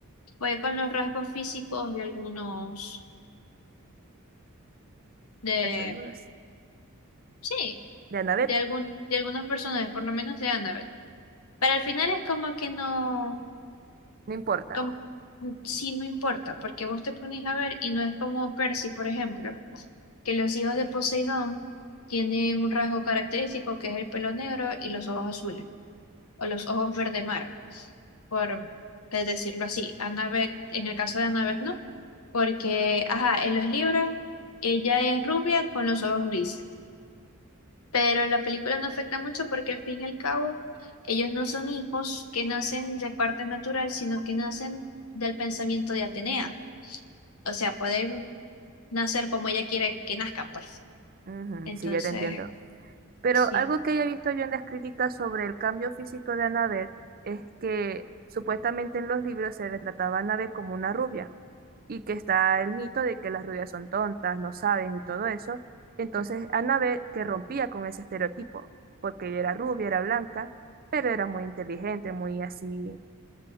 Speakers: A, on the left; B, on the right.
A: fue con los rasgos físicos de algunos de...
B: ya sabemos.
A: Sí.
B: De Annabeth,
A: de algún, de algunos personajes, por lo menos de Annabeth. Pero al final es como que no,
B: no importa.
A: como, sí, no importa, porque vos te pones a ver y no es como Percy, por ejemplo, que los hijos de Poseidón tienen un rasgo característico que es el pelo negro y los ojos azules, o los ojos verde mar, por eh, decirlo así. Annabeth, en el caso de Annabeth, no, porque, ajá, en los libros ella es rubia con los ojos grises. Pero en la película no afecta mucho porque al fin y al cabo ellos no son hijos que nacen de parte natural, sino que nacen del pensamiento de Atenea. O sea, pueden nacer como ella quiere que nazcan, pues.
B: Ujú,
A: Entonces,
B: sí, ya te entiendo. Pero
A: sí,
B: algo que haya visto yo en las críticas sobre el cambio físico de Annabeth es que supuestamente en los libros se retrataba a Annabeth como una rubia y que está el mito de que las rubias son tontas, no saben y todo eso. Entonces Annabeth que rompía con ese estereotipo, porque ella era rubia, era blanca, pero era muy inteligente, muy así.